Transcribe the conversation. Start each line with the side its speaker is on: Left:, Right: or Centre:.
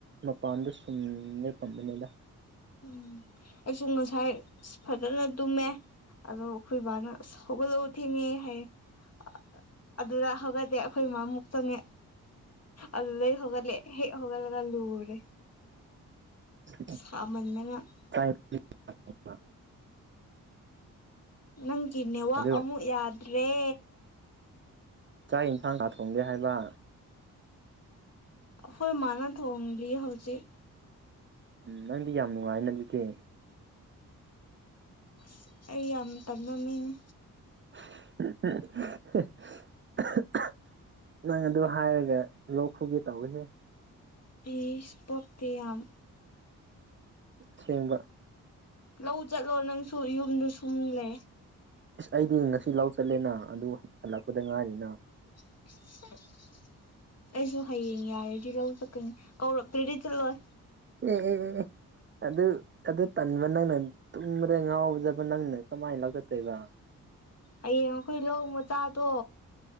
Right: ꯃꯄꯥꯟꯗ ꯁꯨꯝ ꯂꯦꯞꯄꯝꯕꯅꯤꯗ
Left: ꯎꯝ ꯑꯩꯁꯨ ꯉꯁꯥꯏ ꯐꯖꯅ ꯇꯨꯝꯃꯦ ꯑꯗꯨ ꯈꯣꯏꯕꯅ ꯑꯁ ꯍꯧꯒꯠꯂꯨ ꯊꯦꯡꯉꯦ ꯍꯥꯏꯌꯦ ꯑꯥ ꯑꯥ ꯑꯗꯨꯗ ꯍꯧꯒꯠꯗꯦ ꯑꯩꯈꯣꯏ ꯏꯃꯥ ꯃꯨꯛ ꯆꯪꯉꯦ ꯑꯗꯨꯗꯩ ꯂꯍꯧꯒꯠꯂꯦ ꯍꯦꯛ ꯍꯩꯒꯠꯂꯒ ꯂꯨꯔꯦ
Right: <unintelligible>
Left: <unintelligible>
Right: ꯇꯥꯏ <unintelligible>
Left: ꯅꯪꯒꯤ ꯅꯦꯋꯥꯛ
Right: ꯑꯗꯨ
Left: ꯑꯃꯨꯛ ꯌꯥꯗ꯭ꯔꯦ
Right: ꯆꯥꯛ ꯌꯦꯟꯁꯥꯡ ꯀꯥ ꯊꯣꯡꯒꯦ ꯍꯥꯏꯕ
Left: ꯑꯩꯈꯣꯏ ꯃꯥꯅ ꯊꯣꯡꯂꯤ ꯍꯧꯖꯤꯛ
Right: ꯎꯝ ꯅꯪꯗꯤ ꯌꯥꯝ ꯅꯨꯡꯉꯥꯏꯅ ꯑꯗꯨꯗꯤ
Left: ꯑꯁ ꯑꯩ ꯌꯥꯝ ꯇꯟꯕ ꯃꯤꯅꯤ
Right: <unintelligible> <unintelligible> ꯅꯪ ꯑꯗꯨ ꯍꯥꯏꯔꯒ ꯂꯣꯛ ꯈꯨꯒꯦ ꯇꯧꯋꯤꯍꯦ
Left: ꯏꯁ ꯄꯛꯇꯦ ꯌꯥꯝ
Right: ꯁꯦꯡꯕ
Left: ꯂꯧ ꯆꯠꯂꯣ ꯅꯪꯁꯨ ꯌꯨꯝꯗꯨ ꯁꯨꯝ ꯂꯦ
Right: ꯏꯁ ꯑꯩꯗꯤ ꯉꯁꯤ ꯂꯥꯎ ꯆꯠꯂꯦꯅ ꯑꯗꯨꯒ ꯍꯜꯂꯛꯄꯗ ꯉꯥꯏꯔꯤꯅ
Left: <unintelligible> ꯑꯩꯁꯨ ꯍꯌꯦꯡ ꯌꯥꯔꯗꯤ ꯂꯧ ꯆꯠꯀꯅꯤ ꯀꯧꯔꯛꯇ꯭ꯔꯗꯤ ꯆꯠꯂꯣꯏ
Right: ꯑꯦ ꯑꯦ ꯑꯦ ꯑꯦ ꯑꯗꯨ ꯑꯗꯨ ꯇꯟꯕ ꯅꯪꯅ ꯇꯨꯝꯕꯗꯥ ꯉꯥꯎꯖꯕ ꯅꯪꯅ ꯀꯃꯥꯏꯅ ꯂꯧ ꯒꯥꯆꯠꯇꯣꯏꯕ
Left: ꯍꯌꯦꯡ ꯑꯩꯈꯣꯏ ꯂꯧ ꯃꯆꯥꯗꯣ